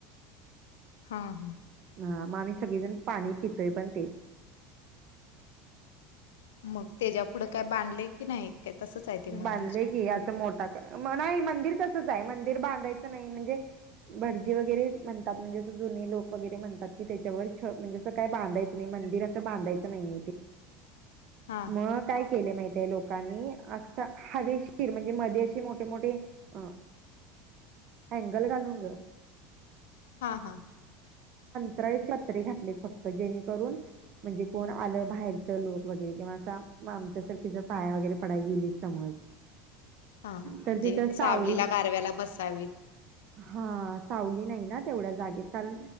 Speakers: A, on the left (about 75°); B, on the right (about 50°).
A: हा हा.
B: हा म आम्ही सगळीजण पाणी पितोय पण तेच
A: मग त्याच्या पुुढं काय बांधलय की नाही? काय तसंच आहे ते मंदिर?
B: बांधलय की असं मोठा का नाही मंदिर तसंच हाय. मंदिर बांधायचं नाही म्हणजे भटजी वगैरे म्हणतात. म्हणजे असं जुनी लोक वगैरे म्हणतात की त्याच्यावर छ म्हणजे असं काय बांधायचं नाही? मंदिर असं बांधायचं नाही ते
A: हां
B: म काय केलय माहिती हाय लोकांनी आता हवेसीर म्हणजे मध्ये असे मोठे मोठे अ अँगल घालून ग
A: हा हा.
B: काही पत्रे घातलेत फक्त जेणेकरून म्हणजे कोण आलं बाहेरचं लोक वगेरे म आता आमच्यासारखी जर पाया वगैरे पडायला गेलीत समज.
A: हां म्हणजे
B: तर तिथं
A: सावलीला
B: सावली
A: गारव्याला बसावीत
B: हा सावली नाही ना तेवढ्या जागेत, कारण